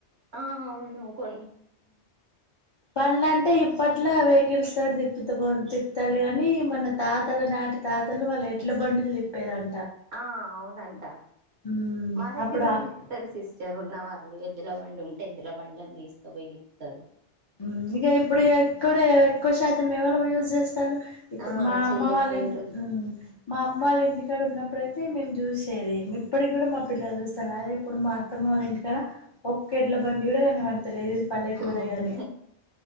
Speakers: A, on the right; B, on the left.
A: ఆహ్ అవును కొను.
B: బండ్ల అంటే ఇప్పట్లో వెహికల్స్ తోటి తిప్పుతే పో తిప్తాలు కాని మన తాతల నాటి తాతలు వాళ్ళ ఎడ్ల బండ్లు తిప్పి తిప్పేదండి.
A: ఆహ్ అవునంట
B: ఉమ్
A: మా దగ్గర
B: అప్పుడా
A: కూడా తిప్పుతారు సిస్టర్ ఉన్నవాళ్ళు ఎద్దులు ఇల పండుం ఉంటాయి. ఎద్దుల బండ్లను తీసుకపోయి తిప్పుతారు.
B: ఉమ్మ్ ఇక ఇప్పుడు ఎక్కడే ఎక్కువ శాతం ఎవళ యూజ్ చేస్తాంలు. ఇప్పుడు
A: ఆ
B: మా
A: చెయ్యట్లేరు
B: అమ్మ వాళ్ళంటి ఉమ్ మా అమ్మ వాళ్ళ ఇంటి. ఇక్కడ ఉన్నప్పుడుయితే మేము చూసేది ఇప్పటికి కూడా మా పిల్లలు చూస్తారు. అదే ఇప్పుడు మాఅత్తమ్మ వాళ్ళ ఇంటికాడ ఒక్కేడ్ల బండి కూడా కానబడ్ లేదు ఇది పల్లెటూరే
A: అవును
B: కాని.